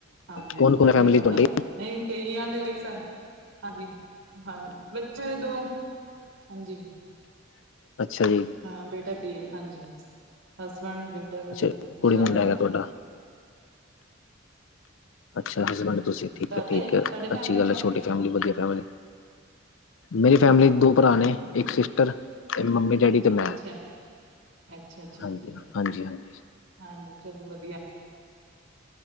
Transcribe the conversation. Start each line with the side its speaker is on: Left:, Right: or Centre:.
Right: ਹਾਂਜੀ,
Left: ਕੌਣ
Right: ਹਾਂਜੀ
Left: ਕੌਣ
Right: ਵਧੀਆ
Left: ਫੈਮਿਲੀ
Right: ਗੱਲ
Left: ਤੁਹਾਡੀ
Right: ਆ। ਨਹੀਂ ਕਈਆਂ ਦੇ <unintelligible> ਹਾਂਜੀ, ਹਾਂਜੀ ਬੱਚਿਆਂ ਦੇ ਦੋ ਹਾਂਜੀ।
Left: ਅੱਛਾ ਜੀ
Right: ਹਾਂ ਬੇਟਾ <unintelligible> ਹੈ ਹਾਂਜੀ ਹਸਬੈਂਡ ਬੇ <unintelligible>
Left: ਅੱਛਾ ਕੁੜੀ
Right: ਚਾਰ
Left: ਮੁੰਡਾ
Right: ਜਾਣੇ
Left: ਹੈਗਾ ਤੁਹਾਡਾ
Right: ਆ।
Left: ਅੱਛਾ ਹਸਬੈਂਡ ਤੁਸੀਂ ਠੀਕ
Right: ਤੁਹਾਡੇ
Left: ਹੈ, ਠੀਕ
Right: ਤੁਹਾਡੇ
Left: ਹੈ
Right: ਫੈਮਿਲੀ
Left: ਅੱਛੀ ਗੱਲ
Right: ਚ
Left: ਹੈ ਛੋਟੀ ਫੈਮਲੀ ਵਧੀਆ ਫੈਮਲੀ। ਮੇਰੀ ਫੈਮਲੀ
Right: ਹਾਂਜੀ,
Left: ਦੋ ਭਰਾ
Right: ਹਾਂਜੀ
Left: ਨੇ ਇੱਕ ਸਿਸਟਰ ਅਤੇ ਮੰਮੀ ਡੈਡੀ ਤੇ ਮੈਂ
Right: ਅੱਛਾ, ਅੱਛਾ, ਅੱਛਾ
Left: ਹਾਂਜੀ,
Right: ਠੀਕ ਹੈ,
Left: ਹਾਂਜੀ, ਹਾਂਜੀ।
Right: ਹਾਂਜੀ ਚਲੋ ਵਧੀਆ।